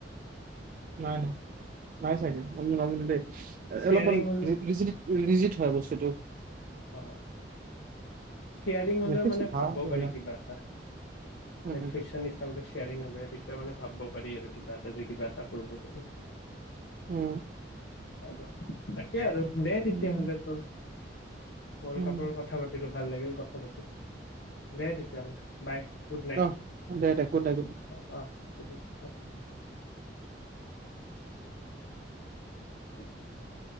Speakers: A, on the right (about 45°); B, on the left (about 75°).
A: অ ন নাই চাই ন দেই
B: শ্বেয়াৰিং
A: অলপমান
B: হলে
A: লৰিজিত হয় বস্তুটো
B: অ চয়াৰিং হলেও
A: নেটফ্লিক্সটো
B: মানে
A: ভাল
B: ভাবিব
A: বঢ়িয়া
B: পাৰি কিবা এটা
A: উম
B: নেটফ্লিক্স হলে তেতিয়া মানে ভাবিব পাৰি আৰু কিবা এটা যে কিবা এটা কৰিব পাৰি
A: উম
B: আৰু তাকে আৰু দে তেতিয়াহ'লে
A: উম
B: তোৰ ৱৰ্ল্ড
A: উম
B: কাপৰ
A: উম
B: কথা পাতিলো ভাল লাগিল কথা পাতি দে তেতিয়াহ'লে বাই গুড নাইট
A: অহ দে দে গুড নাইট গুড
B: অ অঁ গুড নাইট <unintelligible> <unintelligible>